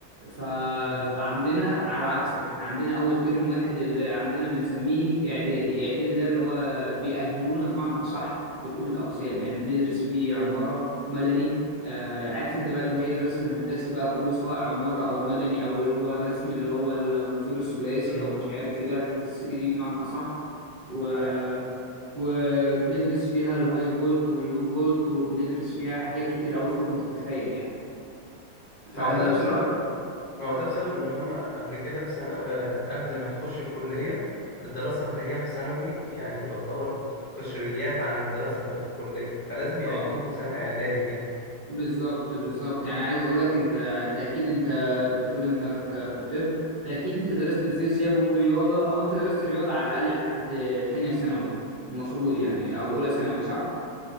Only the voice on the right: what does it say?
ف...
فعندنا على عكسك احنا عندنا اول ترم واحد اللي عندنا بنسميه اعدادي اعدادي ده اللي هو بيأهلونا بمعنى اصح لكل الاقسام يعني بندرس فيه عماره مدني آه عارف انت بقى اللي هي الرسم الهندسي بقى كله سواء عمارة او مدني او اللي هو الرسم اللي هو المنظور الثلاثي
او مش عارف ايه ده الحاجات الثري دي بمعنى اصح و...
وبندرس فيها الهاي فولت واللو فولت وبندرس فيها حاجات كتير قوي فوق ما تتخيل يعني فبصراحة
اه
بالظبط بالظبط يعني عايز اقول لك انت انت اكيد انت انت بتقول انك في الطب فاكيد انت درست الفيزياء ورياضة او انت درست رياضة على الاقل لحد تانية ثانوي المفروض يعني او اولى ثانوي صح؟